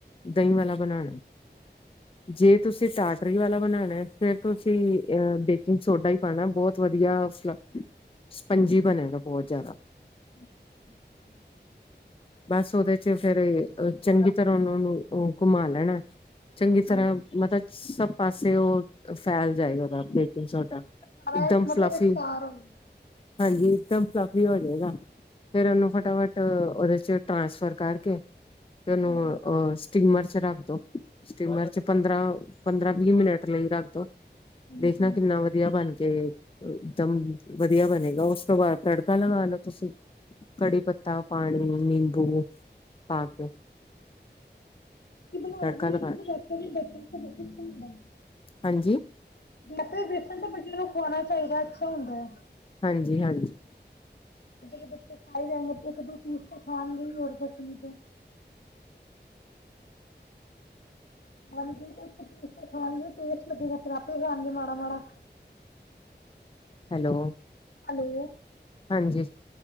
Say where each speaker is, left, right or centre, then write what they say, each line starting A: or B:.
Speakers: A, on the left; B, on the left.
A: ਦਹੀਂ ਵਾਲਾ ਬਣਾਣਾ। ਜੇ ਤੁਸੀ ਟਾਟਰੀ ਵਾਲਾ ਬਣਾਣੈ ਫਿਰ ਤੁਸੀ ਅ ਬੇਕਿੰਗ ਸੋਡਾ ਈ ਪਾਣਾ ਬੋਤ ਵਧੀਆ ਫਲਫ, ਸਪੰਜੀ ਬਣੇਗਾ ਬੋਤ ਜ਼ਿਆਦਾ।
B: <unintelligible>
A: ਬਸ ਉਹਦੇ ਚ ਫੇਰ ਅ ਚੰਗੀ ਤਰ੍ਹਾਂ ਉਹਨਾ ਨੂੰ ਅ ਘੁਮਾ ਲੈਣੈ। ਚੰਗੀ ਤਰ੍ਹਾਂ
B: ਹਾਂਜੀ
A: ਮਤਲਬ ਸਭ ਪਾਸੇ ਉਹ ਫੈਲ ਜਾਏਗਾ। ਬੇਕਿੰਗ ਸੋਡਾ,
B: ਸਾਰਾ
A: ਇੱਕਦਮ
B: ਮਤਲਬ
A: ਫਿਲੱਫੀ।
B: ਇਕਸਾਰ ਹੋਵੇ
A: ਹਾਂਜੀ ਇੱਕਦਮ ਫਿਲੱਫ ਵੀ ਹੋ ਜੇਗਾ। ਫੇਰ ਉਹਨੂੰ
B: ਅੱਛਾ
A: ਫਟਾਫਟ ਉਹਦੇ ਚ ਚ ਟ੍ਰਾਂਸਫਰ ਕਰਕੇ ਤੇ ਇਨੂੰ
B: ਹਾਂਜੀ
A: ਅ ਸਟੀਮਰ ਚ ਰੱਖ ਦੋ। ਸਟੀਮਰ ਚ ਪੰਦਰਾਂ ਪੰਦਰਾਂ-ਵੀਹ ਮਿਨਟ ਲਈ ਰੱਖ ਦੋ।
B: ਹਾਂਜੀ
A: ਦੇਖਣਾ ਕਿੰਨਾ ਵਧੀਆ ਬਣ ਤੇ ਇੱਕਦਮ ਵਧੀਆ ਬਣੇਗਾ। ਉਸ ਤੋਂ ਬਾਅਦ ਤੜਕਾ ਲਗਾ ਲੋ ਤੁਸੀ। ਕੜੀ ਪੱਤਾ, ਪਾਣੀ ਨਿੰਬੂ ਪਾ ਕੇ
B: ਤੇ ਬਣਾਣਾ
A: ਤੜਕਾ
B: ਨਈ
A: ਲਗਾ
B: ਲੇਕਿਨ <unintelligible> ਹੁੰਦੈ।
A: ਹਾਂਜੀ
B: ਵੈਸੇ ਬੇਸਣ ਤਾਂ ਬੱਚਿਆਂ ਨੂੰ ਖਵਾਣਾ ਚਾਈਦੈ, ਅੱਛਾ ਹੁੰਦੈ।
A: ਹਾਂਜੀ-ਹਾਂਜੀ।
B: ਜੇਹ ਬੱਚੇ ਖਾਈ ਜਾਏਂਗੇ ਇੱਕ ਦੁ ਪੀਸ ਤੇ ਖਾਣਗੇ ਈ, ਹੋਰ ਕੁਛ ਨੀ ਤੇ। ਹਾਂਜੀ ਤੇ ਤੁਸੀ <unintelligible> ਖਾਣਗੇ ਟੇਸਟ ਲੱਗੇਗਾ ਫਿਰ ਆਪੇ ਖਾਣਗੇ ਮਾੜਾ-ਮਾੜਾ।
A: ਹੈਲੋ
B: ਹੈਲੋ
A: ਹਾਂਜੀ